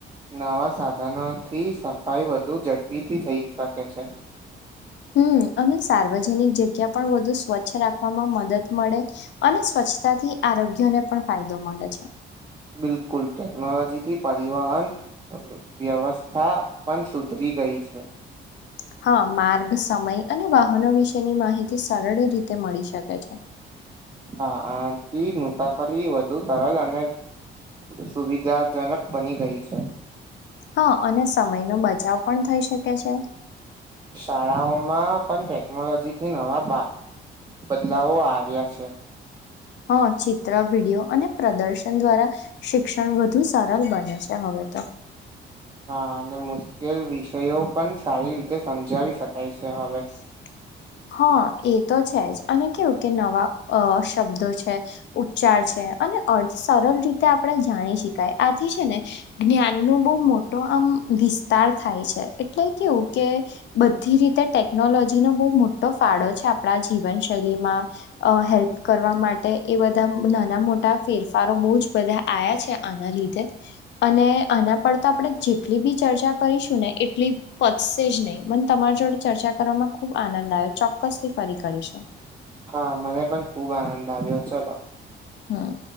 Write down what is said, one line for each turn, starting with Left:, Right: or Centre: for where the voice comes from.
Right: નવા સાધનોથી સફાઈ વધુ ઝડપીથી થઈ શકે છે
Left: હમ અને સાર્વજનિક જગ્યા પણ વધુ સ્વચ્છ રાખવામાં મદદ મળે અને સ્વચછ સ્ચ્છતાથી આરોગ્યને પણ ફાયદો મળે છે
Right: બિલકુલ ટેકનોલોજી થી પરિવહન વ્યવસ્થા પણ સુધરી ગઈ છે
Left: <inaudible> હા માર્ગ સમય અને વાહનો વિશેની માહિતી સરળ રીતે મળી શકે છે <inaudible>
Right: હા આથી મુસાફરી વધુ સરસ અને સુવિધાજનક બની ગઈ છે.
Left: હા અને સમય નો બજ બચાવ પણ થઈ શકે છે
Right: શાળાઓમાં પણ ટેકનોલોજી થી નવા બદલાવો આવ્યા છે
Left: હા ચિત્ર વિડીિયો અને પ્રદર્શન દ્વારા શિક્ષણ વધુ સરળ બન છે હવે <inaudible>
Right: હા અને મુશ્કેલ વિષયો પણ સારી રીતે સમજાવી શકાય છે હવે
Left: <inaudible> હા એ તો છે જ અને કેવું કે નવા શબ્દો છે ઉચ્ચાર છે અર્થ સર રીતે આપણે જાણી શકાય આથી છે ને જ્ઞાન નો બહ મોટો આમ વિસ્તાર થાય છે એટલે કેવું કે બધી રીતે ટેકનોલોજી નો બહ મોટો તો ફાળો છે આપણા જીવનશૈલીમાં હેલ્પ કરવા માટે એ બધા નાના મોટા ફેરફારો બહ જ બધા આવ્યા છે આના લીધે અને આના પર તો આપણે જેટલી બી ચર્ચા કરીશું ને એટલી પચશે જ નહી મને તમારી જોડે ચર્ચા કરવામાં ખુબ આનંદ આવ્યો છે ચોક્કસ થી ફરી કરીશું
Right: હા મને પણ ખુબ આનંદ આવ્યો ચલો
Left: હા